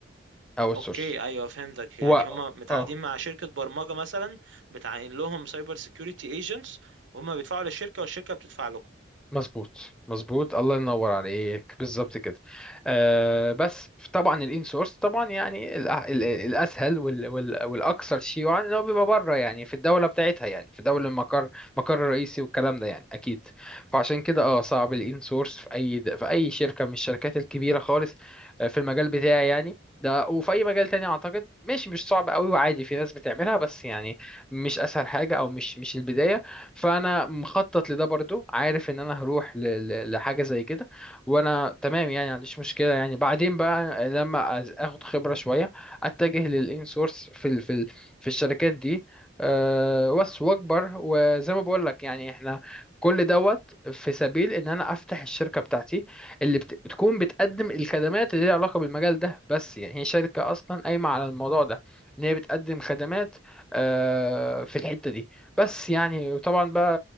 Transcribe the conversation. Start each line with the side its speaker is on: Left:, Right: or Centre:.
Centre: اوت
Right: اوكي
Centre: سورس
Right: ايوه فهمتك يعني
Centre: و
Right: هما متعاقدين
Centre: اه
Right: مع شركة برمجة مثلا بتعين لهم سايبر سيكيورتي ايجنتس وهما بيدفعوا للشركة والشركة بتدفع لكم
Centre: مظبوط مظبوط الله ينور عليك بالظبط كده آه بس طبعا الان سورس طبعا يعني الأ- ال- ال- الاسهل وال وال والاكثر شيوعا اللي هو بيبقى بره يعني في الدوله بتاعتها يعني في دوله المقر المقر الرئيسي والكلام ده يعني اكيد فعشان كده اه صعب الان سورس في اي د- في اي شركه من الشركات الكبيره خالص آه، في المجال بتاعي يعني ده وفي اي مجال تاني اعتقد ماشي مش صعب قوي وعادي في ناس بتعملها بس يعني مش اسهل حاجه او مش مش البدايه فانا مخطط لده برضو عارف ان انا هروح ل- ل- لحاجه زي كده وانا تمام يعني ما عنديش مشكله يعني بعدين بقى لما أز- اخد خبره شويه اتجه للانسورس في ال في ال في الشركات دي أه بس واكبر وزي ما بقول لك يعني احنا كل دوت في سبيل ان انا افتح الشركه بتاعتي اللي بت- بتكون بتقدم الخدمات اللي ليها علاقه بالمجال ده بس يعني هي شركه اصلا قايمه على الموضوع ده ان هي بتقدم خدمات آه، في الحته دي بس يعني وطبعا بقى